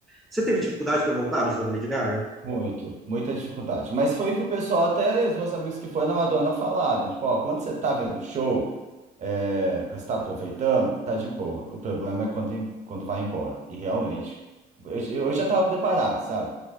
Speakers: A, in the centre; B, on the right (about 45°).
A: Você teve dificuldade para voltar do show da Lady Gaga?
B: Muito, muita dificuldade. Mas foi o que o pessoal, até os meus amigos que foram na Madonna falaram. Tipo, ó, quando você tá vendo o show, é, que você tá aproveitando, tá de boa. O problema é quando, em- quando vai embora. E realmente, eu, eu já tava preparado, sabe?